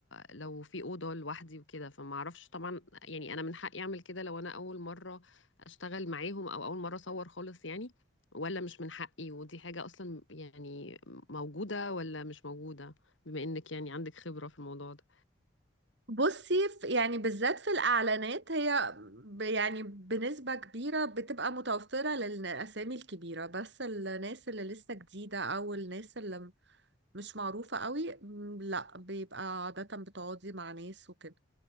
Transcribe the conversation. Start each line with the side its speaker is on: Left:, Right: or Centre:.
Left: لو في اوضه لوحدي وكده فما اعرفش طبعا يعني انا من حقي اعمل كده لو انا اول مره اشتغل معاهم او اول مره اصور خالص يعني ولا مش من حقي ودي حاجه اصلا يعني موجوده ولا مش موجوده بما انك يعني عندك خبره في الموضوع ده
Right: بصي ف- يعني بالذات في الإعلانات هي ب- يعني بنسبة كبيرة بتبقى متوفرة للأسامي الكبيرة بس الناس اللي لسه جديدة أو الناس اللي م- مش معروفة قوي م، لا بيبقى عادة بتقعدي مع ناس وكده